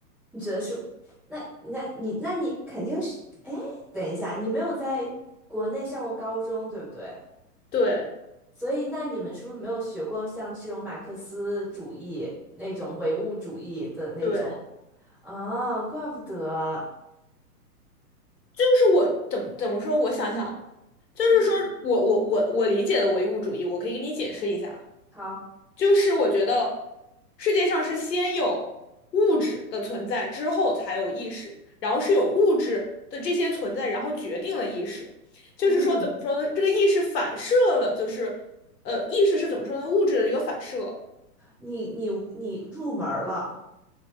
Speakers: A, in the centre; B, on the left.
A: 你觉得是？那那你那你肯定是，哎，等一下，你没有在国内上过高中，对不对？
B: 对
A: 所以，那你们是不是没有学过像这种马克思主义那种唯物主义的那种？
B: 对，
A: 啊，怪不得，
B: 就是我怎么怎么说？我想想，就是说我我我我理解的唯物主义，
A: 嗯，
B: 我可以给你解释一下，
A: 好，
B: 就是我觉得世界上是先有物质的存在，之后才有意识，然后是有物质的这些存在，然后决定了意识。就是说怎么说呢？
A: 嗯，
B: 这个意识反射了，就是呃，意识是怎么说呢？物质的这个反射，
A: 你你你入门儿了，